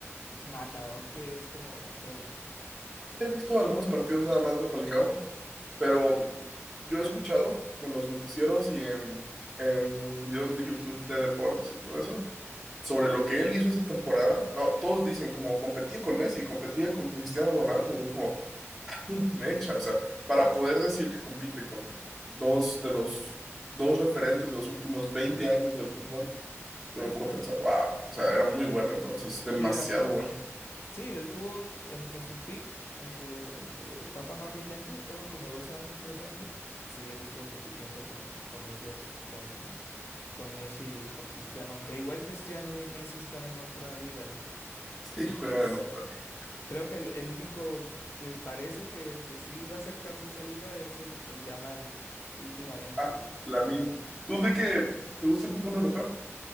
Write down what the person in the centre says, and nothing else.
He visto algunos partidos nada más de Falcao Pero yo he escuchado en los noticieros y en, en videos de YouTube de deportes y todo eso, sobre lo que él hizo esa temporada. No, todos dicen como competía con Messi, competía con Cristiano Ronaldo. Y yo como, mecha, o sea, para poder decir que compite con dos de los dos referentes de los últimos 20 años del fútbol, yo me pongo a pensar, wow, o sea, era muy bueno entonces, demasiado
bueno. <laughs>
Sí,
juegan en otra liga.
Ah, Lamine, ¿tú de que te gusta el fútbol europeo?